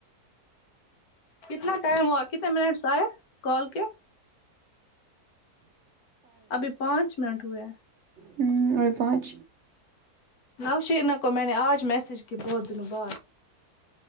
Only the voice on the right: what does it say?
ہوں اور پانچ